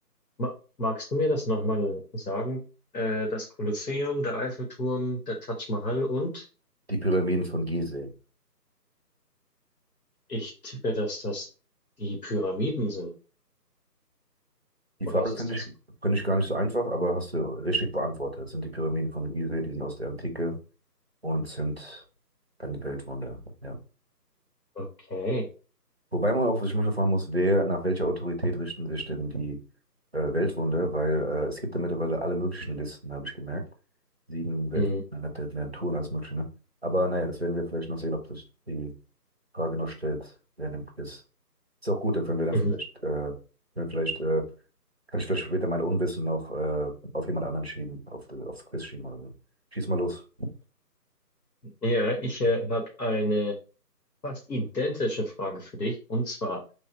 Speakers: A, on the left; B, on the right.
A: Ma magst du mir das nochmal sagen? Äh, das Kolosseum, der Eiffelturm, der Taj Mahal und
B: Die Pyramiden von Gizeh.
A: ich tippe, dass das die Pyramiden sind.
B: Die
A: Oder
B: Frage
A: ist
B: finde
A: es das?
B: ich, finde ich gar nicht so einfach, aber hast du richtig beantwortet. Das sind die Pyramiden von Gizeh, die sind aus der Antike und sind ein Weltwunder. Ja.
A: Okay.
B: Wobei man auch sich manchmal fragen muss, wer, nach welcher Autorität richten sich denn die äh, Weltwunder? Weil äh, es gibt da mittlerweile alle möglichen Listen, habe ich gemerkt. Sieben Weltwunder
A: Mhm.
B: hat der mehr Touren als mögliche. Ne? Aber naja, das werden wir vielleicht noch sehen, ob sich die Frage noch stellt während dem Quiz. Ist auch gut, da können wir dann
A: Mhm.
B: vielleicht, äh, können wir vielleicht äh, kann ich vielleicht später mein Unwissen noch äh, auf jemand anderen schieben, auf, die- aufs Quiz schieben oder so. Schieß mal los.
A: Ja, ich äh, habe eine fast identische Frage für dich. Und zwar,